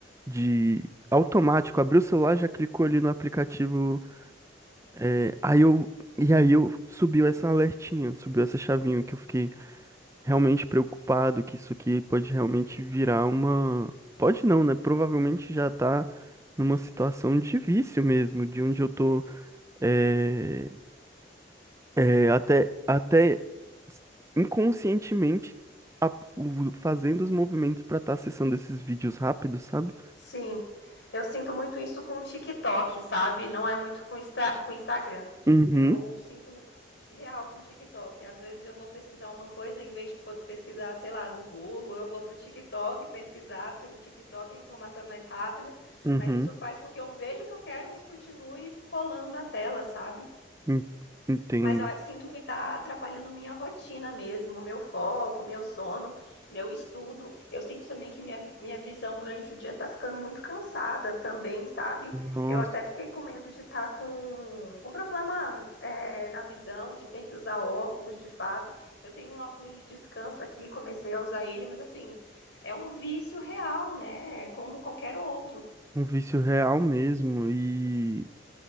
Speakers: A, on the right (about 15°); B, on the left (about 70°).
A: de automático, abriu o celular, já clicou ali no aplicativo, é, aí eu, e aí eu subiu essa alertinha, subiu essa chavinha, que eu fiquei realmente preocupado, que isso aqui pode realmente virar uma... Pode não, né? Provavelmente já tá numa situação de vício mesmo, de onde eu tô é, é, até, até inconscientemente a- o- fazendo os movimentos pra estar acessando esses vídeos rápidos, sabe?
B: Sim, eu sinto muito isso com o TikTok, sabe? Não é muito com Insta- com Instagram.
A: Uhum,
B: Eu sinto real com o TikTok. Às vezes eu vou pesquisar uma coisa, em vez de po- pesquisar, sei lá, no Google, eu vou pro TikTok pesquisar, porque no TikTok a informação é mais rápida.
A: uhum,
B: Mas isso faz com que eu veja o que eu quero, mas continue rolando a tela, sabe?
A: en- entendo.
B: Mas eu a- sinto que tá atrapalhando minha rotina mesmo, meu foco, meu sono, meu estudo. Eu sinto também que minha, vi- minha visão durante o dia tá ficando muito cansada também, sabe?
A: Nossa,
B: Eu até fiquei com medo de estar com, com problema, eh, na visão, de ter que usar óculos de fato. Eu tenho um óculos de descanso aqui, comecei a usar ele, mas assim, é um vício real, né? É Como qualquer outro,
A: um vício real mesmo. E,